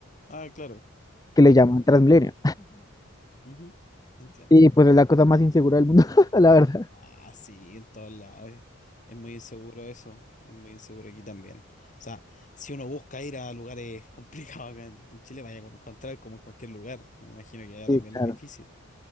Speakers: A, on the left; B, on the left.
A: Ah, claro,
B: que le
A: claro.
B: llaman Transmilenio.
A: Ujú, Entiendo.
B: Y pues es la cosa más insegura del mundo, <laughs> la verdad.
A: Ah, sí, en todos lados. Es, es muy inseguro eso. Es muy inseguro aquí también. O sea, si uno busca ir a lugares <laughs> complicados acá en, en Chile, vaya a encontrar como en cualquier lugar. Me imagino que allá
B: Sí,
A: también
B: claro.
A: es difícil.